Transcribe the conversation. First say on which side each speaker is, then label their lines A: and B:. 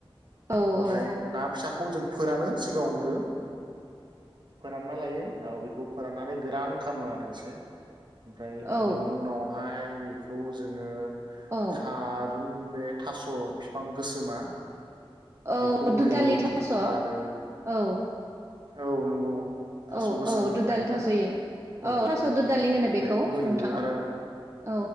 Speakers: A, on the right (about 30°); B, on the right (about 50°).
A: औ
B: ओमफ्राय
A: औ
B: ना फिसाखौ जों फोरानो सिगाङावग्रो फोरानना लायो औ बिखौ <unintelligible> गोरान खालामो आरो एसे ओमफ्राय
A: औ
B: बेनि उनावहाय बे <unintelligible> जोङो
A: औ
B: था रुन बे थास' फिफां गोसोमा
A: औ
B: बेखौ
A: दु
B: होयो
A: दालि थास औ।
B: आरो औ नंगौ । थास'
A: औ
B: गोसोम
A: औ दुदालि
B: थायोना
A: थास'यो
B: औ
A: थास'
B: बेखौ
A: दुदालि होनो
B: बेखौ होयो
A: नोंथां
B: आरो
A: औ